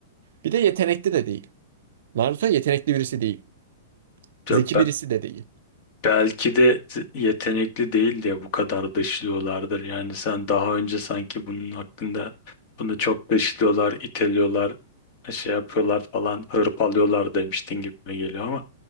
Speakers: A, on the right; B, on the left.
A: Bir de yetenekli de değil. Naruto yetenekli birisi değil.
B: Ben
A: Zeki birisi de değil.
B: belki de yetenekli değil diye bu kadar dışlıyorlardır. Yani sen daha önce sanki bunun hakkında bunu çok dışlıyorlar, iteliyorlar, şey yapıyorlar falan, hırpalıyorlar demiştin gibi geliyor ama